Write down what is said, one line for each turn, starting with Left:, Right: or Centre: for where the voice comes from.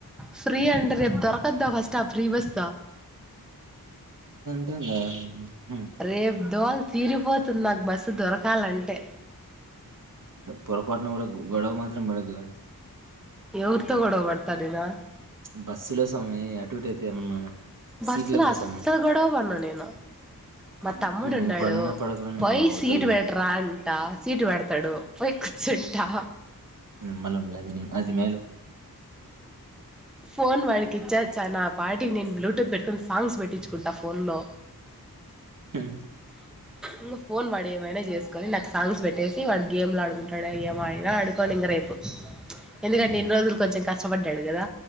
Centre: ఫ్రీ అండ్ రేపు దొరకద్దా ఫస్ట్ ఆ ఫ్రీ బస్
Right: కదా
Centre: రేపు దోల్ తీరిపోతుంది నాకు బస్సు దొరకాలంటే
Right: పొపాటున కూడా గుం గోడవ మాత్రం పడకు గా
Centre: ఎవరుతో గొడవబెడ్తనెను
Right: బస్సు లో సామీ అటుఇటైతే ఏమన్నా
Centre: బస్సులో
Right: సీట్ల కోసం
Centre: అస్సలు గొడవ పడను నేను మా
Right: అంటే
Centre: తమ్ముడు
Right: నువ్వు
Centre: ఉన్నాడు
Right: పడినా పడకపోయినా
Centre: పోయి
Right: అవతల
Centre: సీటు పెట్రా అంటా సీటు పెడతాడు పోయి కూర్చుం టా
Right: నిమ్మలంలే అది మేలు
Centre: ఫోన్ వాడికి ఇచ్చొచా నా పాటికి నేన్ బ్లూటూత్ పెట్టుకోని సాంగ్స్ పెట్టించుకుంటా ఫోన్లో
Right: హ్మ్
Centre: ఇంగ ఫోన్ వాడు ఏమైనా చేసుకొని నాకు సాంగ్స్ పెట్టేసి వాడు గేమ్లు ఆడుకుంటాడు ఏమైనా ఆడుకొని ఇంగ రేపు ఎందుకంటే
Right: ఉహు
Centre: ఇన్ని రోజులు కష్టపడ్డాడు గదా